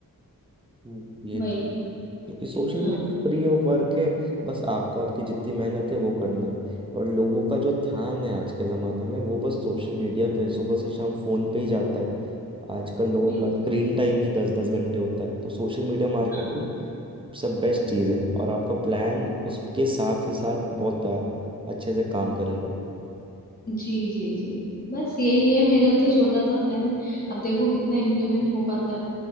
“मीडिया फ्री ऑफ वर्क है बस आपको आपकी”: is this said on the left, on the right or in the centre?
Right